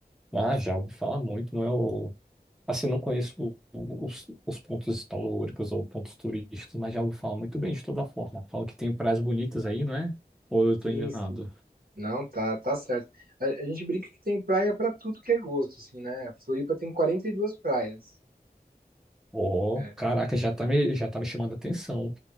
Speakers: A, in the centre; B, on the right.
A: Ah, já ouvi falar muito, não é o... Assim, não conheço o- o- os, os pontos históricos ou pontos turísticos, mas já ouvi falar muito bem de toda forma. Falam que tem praias bonitas aí, não é? Ou eu tô
B: Sim,
A: enganado?
B: sim. Não, tá, tá certo. A, a gente brinca que tem praia para tudo que é gosto, assim, né? Floripa tem quarenta e duas praias.
A: Oh,
B: É.
A: caraca, já tá me, já tá me chamando a atenção.